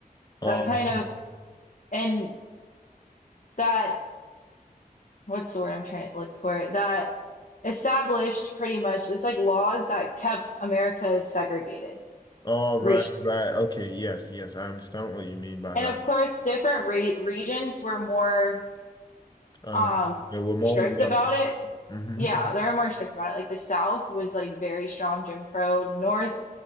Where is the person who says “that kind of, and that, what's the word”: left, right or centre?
Left